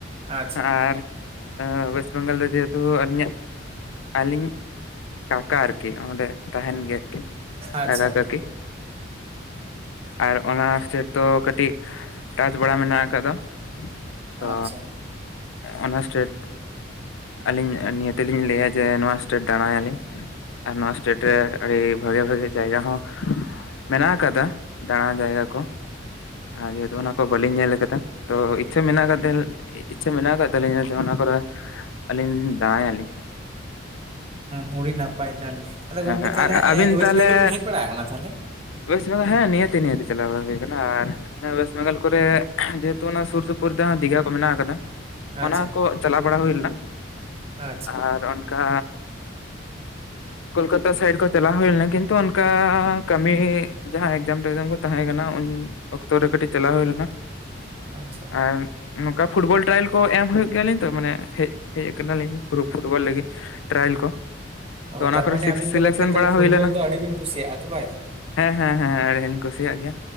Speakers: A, on the right; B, on the left.
A: ᱟᱪᱪᱷᱟ
B: ᱟᱨ ᱚᱣᱮᱥᱴ ᱵᱮᱝᱜᱟᱞ ᱡᱮᱦᱮᱛᱩ ᱟᱹᱞᱤᱧᱤᱟᱜ ᱟᱹᱞᱤᱧ ᱠᱟᱠᱟ ᱟᱨᱠᱤ ᱚᱸᱰᱮ ᱛᱟᱦᱮᱱ ᱜᱮᱜ ᱠᱤᱱ
A: ᱟᱪᱪᱷᱟ
B: ᱠᱟᱠᱟ ᱠᱟᱹᱠᱤ ᱟᱨ ᱚᱸ ᱪᱮᱴ ᱫᱚ ᱠᱟᱹᱴᱤᱜ ᱴᱟᱪ ᱵᱟᱲᱟ ᱢᱮᱱᱟᱜ ᱟᱠᱟᱫᱟ ᱛᱚ
A: ᱟᱪᱪᱷᱟ
B: ᱚᱱᱟ ᱥᱴᱮᱴ ᱟᱹᱞᱤᱧ ᱱᱤᱭᱟᱹ ᱛᱮᱞᱤᱧ ᱞᱟᱹᱭᱟ ᱡᱮ ᱱᱚᱣᱟᱥ ᱥᱴᱮᱴ ᱫᱟᱬᱟᱭᱟᱞᱤᱧ ᱟᱨ ᱱᱚᱣᱟ ᱥᱴᱮᱴ ᱨᱮ ᱟᱹᱰᱤ ᱵᱷᱟᱸᱜᱮ ᱵᱷᱟᱜᱮ ᱡᱟᱭᱜᱟ ᱦᱚᱸ ᱢᱮᱱᱟᱜ ᱟᱠᱟᱫᱟ ᱫᱟᱬᱟᱸ ᱡᱟᱭᱜᱟ ᱠᱚ, ᱟᱨ ᱡᱮᱦᱮᱛᱩ ᱚᱱᱟᱠᱚ ᱵᱟᱹᱞᱤᱧ ᱧᱮᱞ ᱟᱠᱟᱫᱟ ᱛᱚ ᱤᱪᱪᱷᱟᱹ ᱢᱮᱱᱟᱜ ᱟᱠᱟᱜ ᱛᱟᱹᱞ ᱤᱪᱷᱟᱹ ᱢᱮᱱᱟᱜ ᱟᱠᱟᱫ ᱛᱟᱹᱤᱧᱟ ᱡᱮ ᱚᱱᱟ ᱯᱚᱨᱮ ᱟᱹᱞᱤᱧ ᱫᱟᱬᱟᱸᱭᱟᱞᱤᱧ,
A: ᱦᱩᱸ ᱟᱹᱰᱤ ᱱᱟᱯᱟᱭ ᱛᱟᱦᱚᱞᱮ ᱟᱫᱚ
B: ᱦᱮᱸ
A: ᱜᱚᱝᱠᱮ ᱛᱟᱦᱚᱞᱮ
B: ᱟᱨ ᱟᱹᱵᱤᱱ
A: ᱳᱭᱮᱥᱴ
B: ᱛᱟᱦᱞᱮ
A: ᱵᱮᱝᱜᱚᱞ ᱵᱤᱱ ᱦᱮᱡ ᱵᱟᱲᱟ ᱟᱠᱟᱱᱟ ᱛᱟᱦᱚᱞᱮ
B: ᱚᱣᱮᱥᱴ ᱵᱮᱝᱜᱚ ᱦᱮ ᱱᱤᱦᱟᱹᱛᱤ ᱱᱤᱦᱟᱹᱛᱤ ᱪᱟᱞᱟᱣ ᱵᱟᱲᱟ ᱦᱩᱭ ᱠᱟᱱᱟ ᱟᱨ ᱚᱭᱮᱥᱴ ᱵᱮᱝᱜᱟᱞ ᱠᱚᱨᱮᱜ ᱡᱮᱦᱮᱛᱩ ᱚᱱᱟ ᱥᱩᱨ ᱥᱩᱨᱯᱩᱨ ᱛᱮᱦᱟᱸ ᱫᱤᱜᱷᱦᱟ ᱠᱚ ᱢᱮᱱᱟᱜ ᱟᱠᱟᱫᱟ ᱚᱱᱟ
A: ᱟᱪᱪᱷᱟ
B: ᱠᱚ ᱪᱟᱞᱟᱣ ᱵᱟᱲᱟ ᱦᱩᱭ ᱞᱮᱱᱟ
A: ᱟᱪᱪᱷᱟ
B: ᱟᱨ ᱚᱱᱠᱟ ᱠᱳᱞᱠᱟᱛᱟ ᱥᱟᱭᱤᱰ ᱠᱚ ᱪᱟᱞᱟᱣ ᱦᱩᱭ ᱞᱮᱱᱟ ᱠᱤᱱᱛᱩ ᱚᱱᱠᱟ ᱠᱟᱹᱢᱤ ᱡᱟᱦᱟᱸ ᱮᱠᱡᱟᱢ ᱴᱮᱠᱡᱟᱢ ᱠᱚ ᱛᱟᱦᱮᱸ ᱠᱟᱱᱟ ᱩᱱ ᱚᱠᱛᱚᱨᱮ ᱠᱟᱹᱴᱤᱡ ᱪᱟᱞᱟᱣ ᱦᱩᱭ ᱞᱮᱱᱟ,
A: ᱟᱪᱪᱷᱟ
B: ᱟᱨᱸ ᱱᱚᱠᱟ ᱯᱷᱩᱴᱵᱚᱞ ᱴᱨᱟᱭᱮᱞ ᱠᱚ ᱮᱢ ᱦᱩᱭᱩᱜ ᱜᱮᱭᱟᱞᱤᱧ ᱛᱚ ᱢᱟᱱᱮ ᱦᱮᱜ ᱦᱮᱡ ᱠᱟᱱᱟᱞᱤᱧ ᱯᱷᱩ ᱯᱷᱩᱴᱵᱚᱞ ᱞᱟᱹᱜᱤᱫ, ᱴᱨᱟᱭᱮᱞ ᱠᱚ ᱛᱚ
A: ᱚ
B: ᱚᱱᱟ
A: ᱛᱟᱨᱢᱟᱱᱮ
B: ᱠᱚᱨᱮ ᱥᱤᱠᱥ
A: ᱟᱵᱤᱱ
B: ᱥᱤᱞᱮᱠᱥᱚᱱ
A: ᱫᱚ ᱜᱚᱝᱠᱮ ᱛᱟᱞᱮ
B: ᱵᱟᱲᱟ
A: ᱯᱷᱩᱴᱵᱚᱞ
B: ᱦᱩᱭ ᱞᱮᱱᱟ
A: ᱫᱚ ᱟᱹᱰᱤ ᱵᱤᱱ ᱠᱩᱥᱤᱭᱟᱜ-ᱟ ᱛᱷᱚ ᱵᱟᱭᱟ
B: ᱦᱮᱸ ᱦᱮᱸ ᱦᱮᱸ ᱟᱹᱰᱤᱝ ᱠᱩᱥᱤᱭᱟᱜ ᱜᱮᱭᱟ